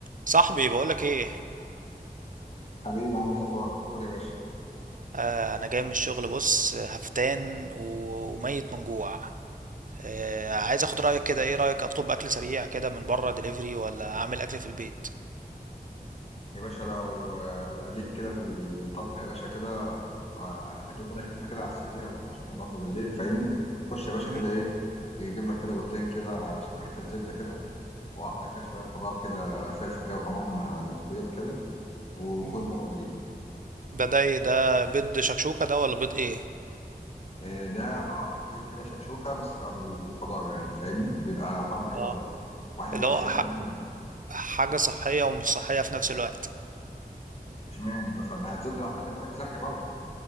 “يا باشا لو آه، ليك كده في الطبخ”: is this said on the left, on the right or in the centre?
Left